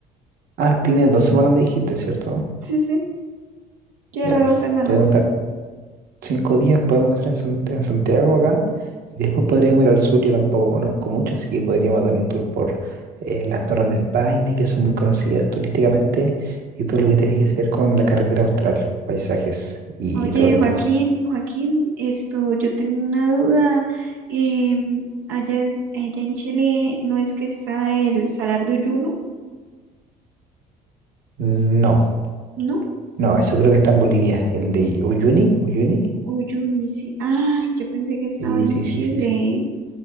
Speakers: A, on the right; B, on the right.
A: Ah, tienes dos semanas, me dijiste, ¿cierto?
B: Sí, sí, quiero
A: Ya,
B: dos semanas.
A: podemos estar. Cinco días podemos estar en, San- en Santiago acá y después podríamos ir al sur. Yo tampoco conozco mucho, así que podríamos dar un tour por eh, las Torres del Paine, que son muy conocidas turísticamente, y todo lo que tiene que ver con la carretera austral, paisajes y,
B: Oye,
A: y todo el
B: Joaquín,
A: tema.
B: Joaquín, esto, yo tengo una duda. em, allá, es- allá en Chile no es que está el Salar de Uyuno,
A: No,
B: ¿no?
A: no, eso creo que está en Bolivia, el de Uyuni, Uyuni.
B: Uyuni, sí. Ay, yo pensé que estaba
A: Sí,
B: en
A: sí,
B: Chile.
A: sí, sí, sí.